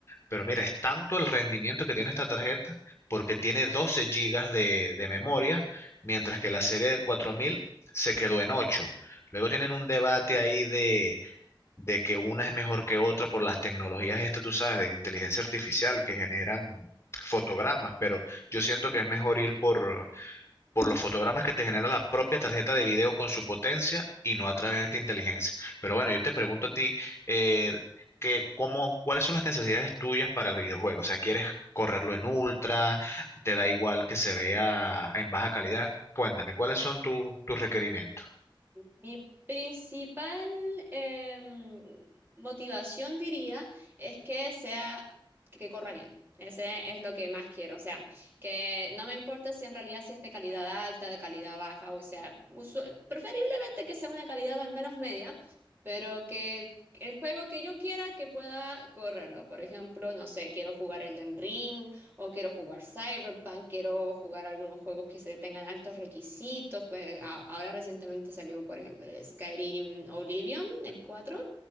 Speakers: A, on the left; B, on the right.
A: pero mira, es tanto el rendimiento que tiene esta tarjeta porque tiene 12 gigas de, de memoria, mientras que la serie de 4000 se quedó en ocho Luego tienen un debate ahí de, de que una es mejor que otra por las tecnologías estas, tú sabes, de inteligencia artificial que generan fotogramas, pero yo siento que es mejor ir por, por los fotogramas que te genera la propia tarjeta de video con su potencia y no a través de esta inteligencia. Pero bueno, yo te pregunto a ti, eh, que cómo, ¿cuáles son las necesidades tuyas para el videojuego? O sea, ¿quieres correrlo en ultra? ¿Te da igual que se vea en baja calidad? Cuéntame, ¿cuáles son tu- tus requerimientos?
B: Mi principal em, motivación, diría, es que sea, que, que corra bien. Ese es lo que más quiero. O sea, que no me importe si en realidad si es de calidad alta, de calidad baja, o sea, usu- preferiblemente que sea una calidad al menos media, pero que el juego que yo quiera que pueda correrlo. Por ejemplo, no sé, quiero jugar Elden Ring o quiero jugar Cyberpunk, quiero jugar algunos juegos que se tengan altos requisitos. Pues a- ahora recientemente salió, por ejemplo, el Skyrim Oblivion, el cuatro